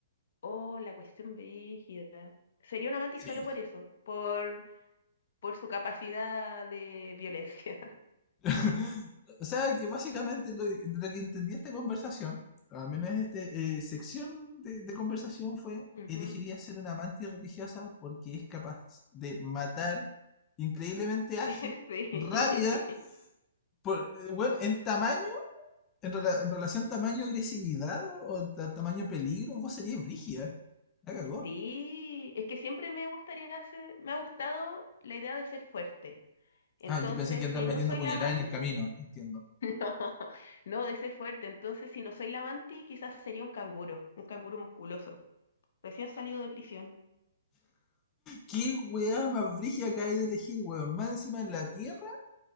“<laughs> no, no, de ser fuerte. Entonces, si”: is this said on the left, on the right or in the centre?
Left